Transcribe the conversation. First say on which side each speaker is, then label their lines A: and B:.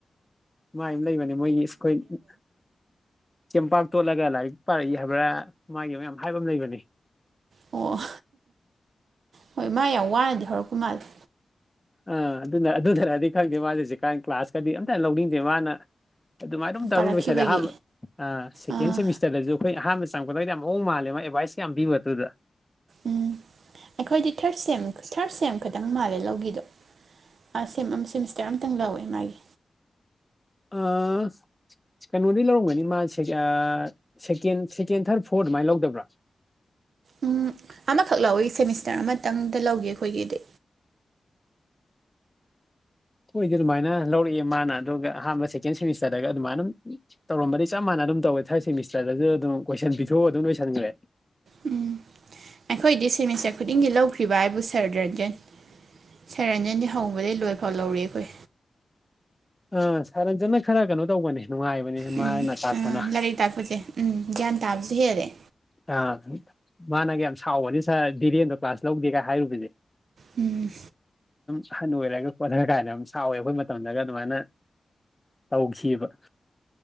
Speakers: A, on the left (about 15°); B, on the right (about 85°).
A: ꯃꯥꯏ ꯑꯃ ꯂꯩꯕꯅꯦ ꯃꯣꯏꯒꯤ ꯏꯁ ꯑꯩꯈꯣꯏ ꯆꯦꯝꯄꯥꯛ ꯇꯣꯠꯂꯒ ꯂꯥꯏꯔꯤꯛ ꯄꯥꯔꯛꯏ ꯍꯥꯏꯕ꯭ꯔꯥ ꯃꯥꯒꯤ ꯑꯃ ꯌꯥꯝ ꯍꯥꯏꯕꯃ ꯂꯩꯕꯅꯦ
B: ꯑꯣ ꯍꯣꯏ ꯃꯥ ꯌꯥꯝ ꯋꯥꯅꯗꯤ ꯍꯧꯔꯛꯄ ꯃꯥꯜꯂꯦ
A: ꯑ ꯑꯗꯨꯅ ꯑꯗꯨꯗꯨꯅꯗꯤ ꯈꯪꯗꯦ ꯃꯥꯖꯦ ꯍꯧꯖꯤꯛꯀꯥꯟ ꯀ꯭ꯂꯥꯁꯀꯗꯤ ꯑꯝꯇ ꯂꯧꯅꯤꯡꯗꯦ ꯃꯥꯅ ꯑꯗꯨꯃꯥꯏꯅ ꯑꯗꯨꯝ ꯇꯧꯔ
B: ꯄꯥꯔꯛꯈꯤꯕꯒꯤ
A: ꯂꯣꯏꯁꯤꯜꯂꯦ ꯑꯍꯥꯟꯕ ꯑ ꯁꯦꯀꯦꯟ
B: ꯑꯥ
A: ꯁꯦꯃꯤꯁꯇ꯭ꯔꯗꯖꯨ ꯑꯈꯣꯏ ꯑꯍꯥꯟꯕ ꯆꯪꯉꯛꯄꯗꯩꯗꯤ ꯌꯥꯝ ꯃꯑꯣꯡ ꯃꯥꯜꯂꯦ ꯃꯥ ꯑꯦꯗꯚꯥꯏꯁ ꯌꯥꯝ ꯄꯤꯕꯗꯨꯗ
B: ꯎꯝ ꯑꯩꯈꯣꯏꯗꯤ ꯊꯥꯔꯊ ꯁꯦꯝ ꯊꯥꯔꯊ ꯁꯦꯝ ꯈꯛꯇꯪ ꯃꯥꯜꯂꯦ ꯂꯧꯒꯤꯗꯣ ꯑ ꯁꯦꯝ ꯁꯦꯝꯃꯤꯁꯇꯔ ꯑꯃꯇꯪ ꯂꯧꯋꯦ ꯃꯥꯒꯤ
A: ꯑꯪ ꯀꯩꯅꯣꯗꯩ ꯂꯧꯔꯝꯒꯅꯤ ꯃꯥ ꯁꯦꯀ ꯑ ꯁꯦꯀꯦꯟ ꯁꯦꯀꯦꯟ ꯊꯥꯔꯊ ꯐꯣꯔ ꯑꯗꯨꯃꯥꯏꯅ ꯂꯧꯗꯕ꯭ꯔꯥ
B: ꯎꯝ ꯑꯃꯈꯛ ꯂꯧꯋꯤ ꯁꯦꯃꯤꯁꯇꯔ ꯑꯃꯇꯪꯗ ꯂꯧꯒꯤ ꯑꯩꯈꯣꯏꯒꯤꯗꯤ
A: ꯑꯈꯣꯏꯗꯤ ꯑꯗꯨꯃꯥꯏꯅ ꯂꯧꯔꯛꯑꯦ ꯃꯥꯅ ꯑꯗꯨꯒ ꯑꯍꯥꯟꯕ ꯁꯦꯀꯦꯟ ꯁꯦꯃꯤꯁꯇꯔꯗꯒ ꯑꯗꯨꯃꯥꯏꯅꯝ ꯇꯧꯔꯝꯕꯗꯒꯤ ꯆꯞ ꯃꯥꯟꯅ ꯑꯗꯨꯝ ꯇꯧꯋꯦ ꯊꯥꯔꯊ ꯁꯦꯃꯤꯁꯇꯔꯗꯖꯨ ꯑꯗꯨꯝ ꯀꯣꯏꯁꯟ ꯄꯤꯊꯣꯛꯑ ꯑꯗꯨꯝ ꯂꯣꯏꯁꯟꯒ꯭ꯔꯦ
B: ꯎꯝ ꯑꯩꯈꯣꯏꯗꯤ ꯁꯦꯃꯤꯁꯇꯔ ꯈꯨꯗꯤꯡꯒꯤ ꯂꯧꯈ꯭ꯔꯤꯕ ꯍꯥꯏꯕꯨ ꯁꯥꯔ ꯔꯟꯖꯟ ꯁꯥꯔ ꯔꯟꯖꯟꯗꯤ ꯍꯧꯕꯗꯒꯤ ꯂꯣꯏ ꯐꯥꯎ ꯂꯧꯔꯛꯑꯦ ꯑꯈꯣꯏ
A: ꯑ ꯁꯥꯔ ꯔꯟꯖꯟꯅ ꯈꯔ ꯀꯅꯣ ꯇꯧꯕꯅꯦ ꯅꯨꯡꯉꯥꯏꯕꯅꯦ
B: ꯎꯝ
A: ꯃꯥꯅ ꯇꯥꯛꯄꯅ
B: ꯂꯥꯏꯔꯤꯛ ꯇꯥꯛꯄꯁꯦ ꯎꯝ ꯒ꯭ꯌꯥꯟ ꯇꯥꯕꯁꯨ ꯍꯦꯜꯂꯦ
A: ꯑ ꯃꯥꯅꯒ ꯌꯥꯝ ꯁꯥꯎꯕꯅꯦ ꯁꯔ ꯗꯤꯔꯦꯟꯗꯣ ꯀ꯭ꯂꯥꯁ ꯂꯧꯗꯦꯒ ꯍꯥꯏꯔꯨꯕꯖꯦ
B: ꯎꯝ
A: ꯑꯍꯟ ꯑꯣꯏꯔꯒ <unintelligible> ꯀꯥꯏꯅ ꯌꯥꯝ ꯁꯥꯎꯋꯦ ꯑꯈꯣꯏ ꯃꯇꯝꯗꯒ ꯑꯗꯨꯃꯥꯏꯅ ꯇꯧꯈꯤꯕ